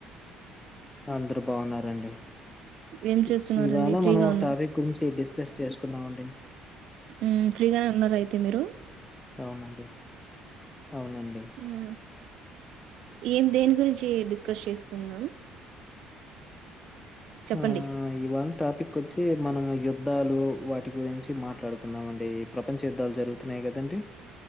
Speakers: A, on the left; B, on the right.
A: అందరు బాగున్నారండి
B: ఏం చేస్తున్నారండి
A: ఇ ఇవాళ
B: ఫ్రీగా
A: మనం, ఒక
B: ఉన్నారు
A: టాపిక్ గురించి డిస్కస్ చేసుకుందామండి.
B: ఉమ్ ఫ్రీగానే ఉన్నారా, అయితే మీరు.
A: అవునండి, అవునండి.
B: ఉమ్, ఏం దేని గురించి, డిస్కస్ చేసుకుందాం. చెప్పండి
A: ఆ ఇవాళ టాపిక్, కొచ్చి మనం యుద్ధాలు వాటి గురించి మాట్లాడుకుందాం అండి. ఈ ప్రపంచ యుద్ధాలు, జరుగుతున్నాయి కదండ్, డి.